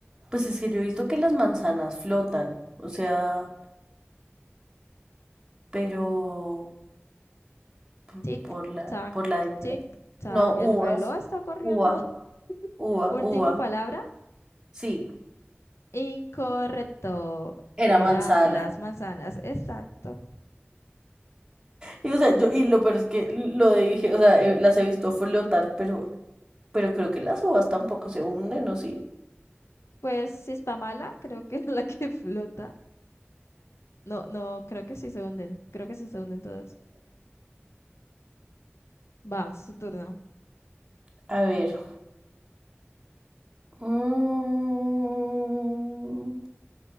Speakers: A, on the right (about 15°); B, on the left (about 85°).
A: Pues es que yo he visto que las manzanas flotan. O sea, pero p-
B: Tic,
A: por la,
B: tac,
A: por la edad.
B: tic, tac.
A: No,
B: El
A: uvas.
B: reloj está corriendo.
A: Uva,
B: <laughs>
A: uva,
B: Última
A: uva.
B: palabra.
A: Sí,
B: Incorrecto.
A: era
B: Era
A: manzana.
B: las manzanas. Exacto.
A: Y, o sea, yo, y lo peor es que lo dije, o sea, eh, las he visto flotar, pero, pero creo que las uvas tampoco se hunden, o Sí.
B: Pues si está mala, creo que <laughs> es la que flota. No, no, creo que sí se hunden. Creo que sí se hunden todas. Va, es su turno.
A: A ver. mm,